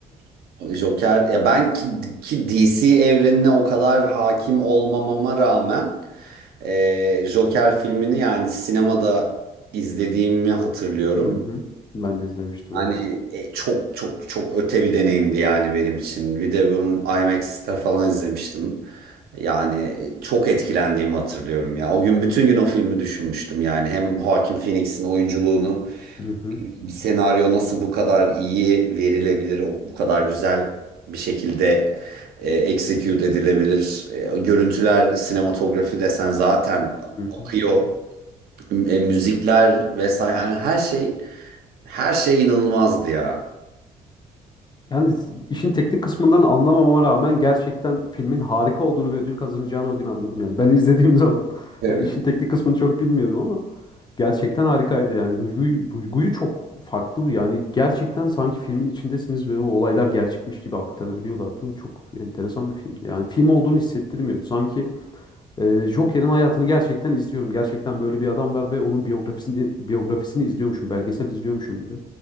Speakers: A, on the right; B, on the left.
A: <laughs> Joker ya ben ki, ki DC evrenine o kadar hakim olmamama rağmen e, Joker filmini yani sinemada izlediğimi hatırlıyorum.
B: Hı hı. Ben de izlemiştim
A: Yani
B: evet.
A: e, çok çok çok öte bir deneyimdi yani benim için. Bir de bunu IMAX'te falan izlemiştim. Yani e, çok etkilendiğimi hatırlıyorum ya. O gün bütün gün o filmi düşünmüştüm yani. Hem Joaquin Phoenix'in oyunculuğunu,
B: Hı hı.
A: bir senaryo nasıl bu kadar iyi verilebilir, o- bu kadar güzel bir şekilde e, execute edilebilir. E, görüntüler, sinematografi desen zaten
B: Hı hı.
A: akıyor. E, müzikler vesaire yani her şey her şey inanılmazdı ya.
B: Yani işin teknik kısmından anlamamama rağmen gerçekten filmin harika olduğunu ve ödül kazanacağını o gün anladım yani. Ben izlediğim zaman <laughs>
A: Evet.
B: yani işin teknik kısmını çok bilmiyorum ama Gerçekten harikaydı yani. Duyguyu, duyguyu çok farklı bir yani gerçekten sanki filmin içindesiniz ve o olaylar gerçekmiş gibi aktarabiliyorlardı. Çok enteresan bir filmdi. Yani film olduğunu hissettirmiyordu. Sanki e, Joker'in hayatını gerçekten izliyorum. Gerçekten böyle bir adam var ve onun biyografisini biyografisini izliyormuşum, belgesel izliyormuşum gibi.